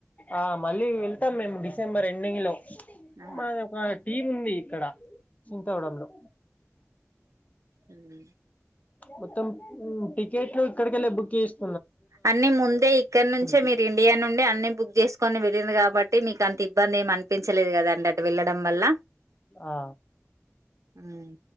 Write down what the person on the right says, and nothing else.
ఆ
ఉమ్
అన్ని ముందే, ఇక్కడ నుంచే
మీరు ఇండియా నుండి అ బుక్ చేసుకోని వెళ్ళినరు, కాబట్టి మీకు అంత ఇబ్బంది ఏమన్ తేలియదు. కదాండి అటు వెళ్ళడం వల్ల
మ్